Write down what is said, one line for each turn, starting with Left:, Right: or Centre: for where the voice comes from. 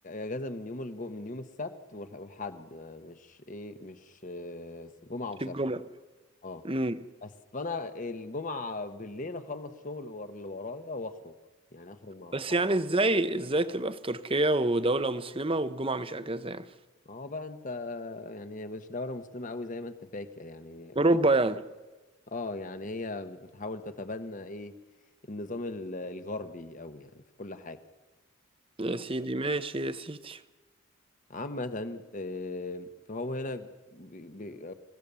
Left: اجازه من يوم الجو... من يوم السبت والح... والحد مش ايه مش آه، جمعه وسبت
Right: في الجمعة
Left: اه
Right: امم
Left: بس فانا الجمعه بالليل اخلص شغل ور... اللي ورايا واخرج يعني اخرج مع
Right: بس
Left: اصحابي
Right: يعني إزاي إزاي تبقى في تركيا ودولة مسلمة والجمعة مش أجازة يعني
Left: اه بقى انت يعني هي مش دوله مسلمه قوي زي ما انت فاكر يعني
Right: أوروبا يعني
Left: اه يعني هي بتحاول تتبنى ايه النظام ال- الغربي قوي يعني في كل حاجة
Right: يا سيدي ماشي يا سيدي
Left: عامة آه، فهو هنا بي- بي-